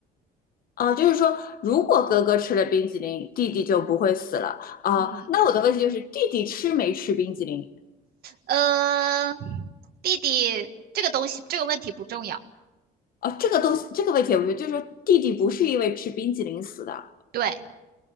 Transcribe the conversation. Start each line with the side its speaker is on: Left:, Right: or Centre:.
Left: 啊，就是说，如果哥哥吃了冰激凌，弟弟就不会死了啊。
Right: 嗯，
Left: 那我的问题就是，弟弟吃没吃冰激凌？
Right: 呃，弟弟这个东西这个问题不重要。
Left: 哦，这个东西，这个问题，我觉得就是说弟弟不是因为吃冰激凌死的。
Right: 对